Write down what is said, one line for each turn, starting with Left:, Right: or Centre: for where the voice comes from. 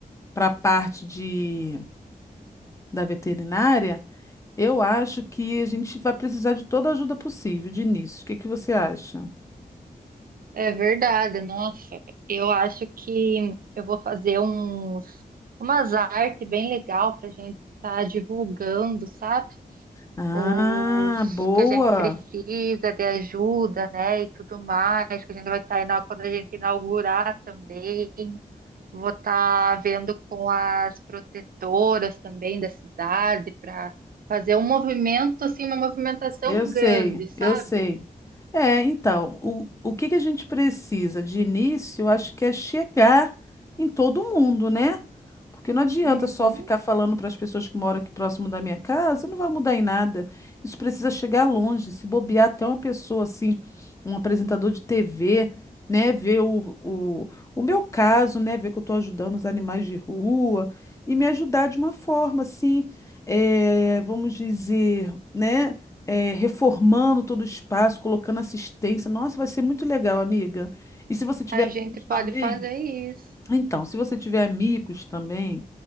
Left: para a parte de, da veterinária, eu acho que a gente vai precisar de toda a ajuda possível de início. O que que você acha?
Right: É verdade, nossa. Eu acho que eu vou fazer uns, umas artes bem legal para a gente estar divulgando, sabe?
Left: Ah,
Right: Os
Left: boa!
Right: que a gente precisa de ajuda, né? E tudo mais, que a gente vai estar tá, quando a gente inaugurar também. Vou estar vendo com as protetoras também da cidade para fazer um movimento, assim, uma movimentação
Left: Eu sei,
Right: grande, sabe?
Left: eu sei. É, então, o, o que que a gente precisa de início, eu acho que é chegar em todo mundo, né? Porque não adianta
Right: Uhum.
Left: só ficar falando para as pessoas que moram aqui próximo da minha casa, não vai mudar em nada. Isso precisa chegar longe, se bobear até uma pessoa assim, um apresentador de TV, né, ver o, o, o meu caso, né, ver que eu estou ajudando os animais de rua e me ajudar de uma forma assim, eh, vamos dizer, né? eh, reformando todo o espaço, colocando assistência. Nossa, vai ser muito legal, amiga. E se você tiver
Right: A gente
Left: amigos
Right: pode
Left: também,
Right: fazer isso.
Left: então, se você tiver amigos também